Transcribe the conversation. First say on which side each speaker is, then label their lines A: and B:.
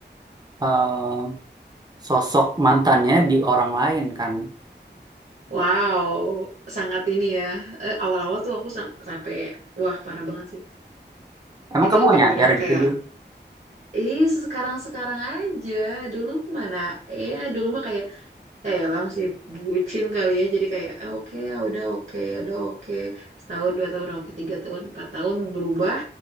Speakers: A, on the right (about 20°); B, on the right (about 55°).
A: eh, sosok mantannya di orang lain kan
B: Wow, sangat ini ya. Eh, awal-awal tuh aku sam- sampai wah parah banget sih.
A: emang
B: Itu
A: kamu nggak
B: bener-bener
A: nyadar gitu
B: kayak
A: dia <laughs>
B: Ih, sekarang-sekarang aja. Dulu mana? Ya, dulu mah kayak ya lah masih bucin kali ya jadi kayak "Ah, oke ya udah oke ya udah oke setahun dua tahun oke tiga tahun empat tahun berubah